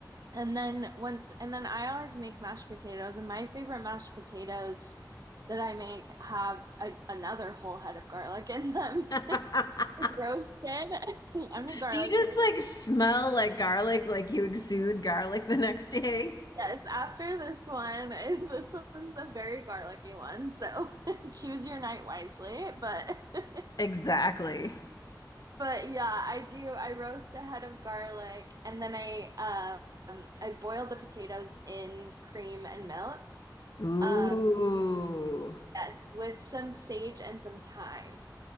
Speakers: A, on the right (about 55°); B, on the left (about 60°).
A: And then once and then I always make mashed potatoes, and my favorite mashed potatoes that I make have a, another whole head of garlic in them.
B: <laughs>
A: <laughs> Roasted. <laughs> I'm a garlic
B: Do you just
A: person.
B: like smell like garlic, like you exude garlic the next day?
A: Yes, after this one, <laughs> this one's a very garlicky one, so <laughs> choose your night wisely, but <laughs>
B: Exactly.
A: But yeah, I do. I roast a head of garlic and then I um I boil the potatoes in cream and milk.
B: Ooh.
A: Um yes, with some sage and some thyme.